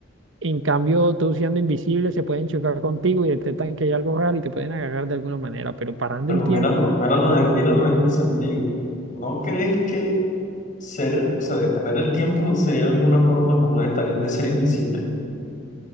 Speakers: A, on the right; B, on the left.
A: en cambio, tú siendo invisible, se pueden chocar contigo y detectan que hay algo raro y te pueden agarrar de alguna manera, pero parando
B: Bueno,
A: el
B: míralo,
A: tiempo
B: míralo, en- míralo en este sentido. ¿No crees que ser, o sea, detener el tiempo sería alguna forma como de estar, de ser invisible?